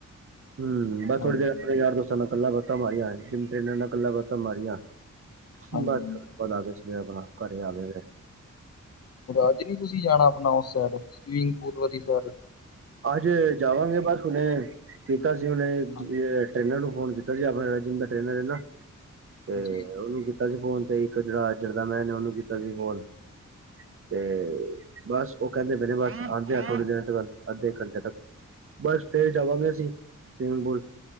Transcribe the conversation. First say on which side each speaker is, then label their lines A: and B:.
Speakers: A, on the right; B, on the left.
A: ਹਮ ਬਸ
B: ਹਾਂਜੀ,
A: ਥੋੜੀ ਦੇਰ। ਯਾਰ ਦੋਸਾਂ ਨਾਲ ਇਕੱਲਾ ਬਾਤਾਂ ਮਾਰੀਆਂ, ਜਿੰਮ ਟ੍ਰੇਨਾਂ ਨਾਲ ਇਕੱਲਾ ਬਾਤਾਂ ਮਾਰੀਆਂ
B: ਹਾਂਜੀ,
A: ਬਸ
B: ਹਾਂਜੀ
A: ਵਧ, ਗ ਸੀਗੇ ਆਪਣਾ ਘਰੇ ਆ ਗ ਗ।
B: ਅੱਜ ਨ ਤੁਸੀਂ ਜਾਣਾ, ਆਪਣਾ ਉਸ ਸਾਈਡ ਸਵੀਮਿੰਗ ਪੂਲ ਵਾਲੀ ਸਡ।
A: ਅੱਜ ਜਾਵਾਂਗੇ, ਬਸ ਹੁਨੇ ਕੀਤਾ ਸੀ, ਉਹਨੇ
B: ਹਾਂ ਜੀ,
A: ਟ੍ਰੇਨਰ ਨੂੰ ਫੋਨ ਕੀਤਾ, ਜ ਆਪਣਾ ਜਹੜਾ ਜਿੰਮ ਦਾ ਟ੍ਰੇਨਰ ਹੈ ਨਾ ਤੇ
B: ਜੀ, ਜੀ
A: ਉਹਨੂੰ ਕੀਤਾ ਸੀ, ਫੋਨ ਤੇ ਇੱਕ ਜਿਹੜਾ ਅੱਜਰ ਦਾ ਮੈਂ ਨੇ, ਉਹਨੂੰ ਕੀਤਾ ਸੀ ਫੋਨ ਤੇ ਬਸ ਉਹ ਕਹਿੰਦੇ ਪੈਨੇ, ਬਸ ਆਉਂਦੇ ਆ, ਥੋੜ੍ਹੀ ਦਿਨ ਗੱਲ ਅੱਧੇ ਘੰਟੇ ਤੱਕ ਬਸ ਫੇਰ ਜਾਵਾਂਗੇ, ਅਸੀਂ ਸਵੀਮਿੰਗ ਪੂਲ